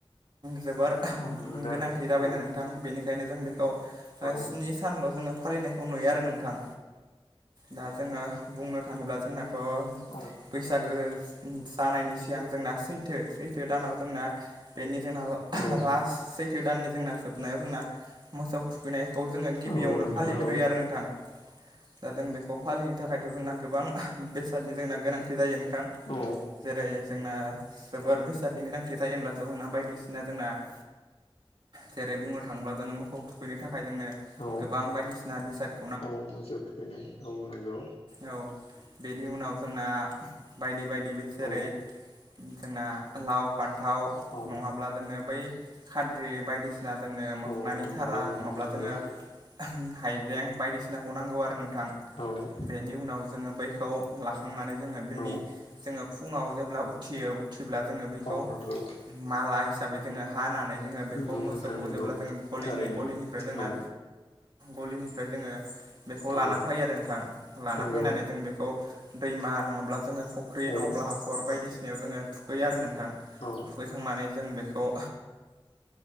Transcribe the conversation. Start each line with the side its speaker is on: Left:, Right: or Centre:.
Right: जोबोर
Left: औ नोंथां
Right: गोनांथि जाबायना
Left: औ
Right: नोंथां। थां बेनिखायनो जों बेखौ स्नि
Left: औ नोंथां औ
Right: <unintelligible> सानल' जोङो फालिनायखौ नुयो आरो नोंथां दा जोङो बुंनो थाङोब्ला जोंना थ'
Left: औ नोंथां
Right: बैसागो। जानायनि सिगां जोंना सैथो सैथो दानाव जोंनाओ बेनि जोंना
Left: औ
Right: लास्ट सैथो दाननि जोंना जोबनायाव जोंनाओ मोसौ थुखैनायखौ जोङो गिबियावनो
Left: औ नोंथां
Right: फालिग्रोयो
Left: औ औ
Right: आरो नोंथां दा जों बेखौ फालिनो थाखायो थ जोंना गोबां बेसादनि जोंना गोनांथि जायो नोंथांजों
Left: औ
Right: जेरै जोंना जोबोर बेसादनि गोनांथि जायोहोनब्लाथ' जोंना बायदिसिना जोंनाओ जेरै बुंनो थाङोब्ला जोङो मोखौ थुखैनो थाखाय जोंनो
Left: औ
Right: गोबां बायदिसिना बेसादा
Left: औ मोसौ थुखैनाय औ नंगौ।
Right: औ बेनि उनाव जोंना बादि बादि बे जेरैओ
Left: औ
Right: जोंना लाव फान्थाव
Left: औ
Right: नङाब्ला जोंनो बैओ खाद्रि बायदिसिना जोंनो मोखनानि
Left: औ नंगौ
Right: थारा
Left: नोंथां
Right: नङाब्ला
Left: नंगौ
Right: जोङो। हाइजें बायदिसिनाखौ नांगौ आरो नोंथां।
Left: औ।
Right: बेनि उनाव जोङो बैखौ लाखांनानै जोङो बेनिनो
Left: औ
Right: जोङो फुङाव जेब्ला उथियो उथिब्ला जोङो बैखो
Left: मावनांगौ।
Right: माला हिसाबै जोङो हानानै जोङो बेखौ
Left: नंगौ
Right: मोसौखौ
Left: नोंथां नंगौ
Right: जेब्ला जोङो गलिनि
Left: थारैनो
Right: गलिनियो ओमफ्राय जोंना
Left: औ
Right: गलिनिफ्राय जोङो बेखौ
Left: औ
Right: लाना फायो आरो नोंथां। लाना
Left: नंगौ
Right: फायनानै जों बेखौनो दैमा नङाब्ला जोङो फख्रि
Left: औ
Right: नङाब्ला हाखर बायदिसिनायाव जोङो थुखैयो आरो नोंथां।
Left: औ
Right: थुखैखांनानै जों बेखौओ